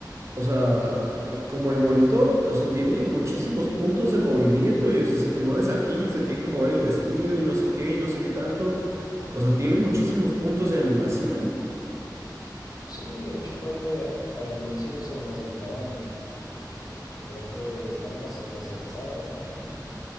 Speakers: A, on the right (about 40°); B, on the left (about 60°).
A: O sea, eh, como el monito, o sea, tiene muchísimos puntos de movimiento y, o sea, si te mueves aquí, se tiene que mover el vestido y no sé qué y no sé qué tanto. O sea, tiene muchísimos puntos de animación.
B: Sí, de hecho creo que al inicio se necesitaban, creo que cámaras especializadas, ¿no?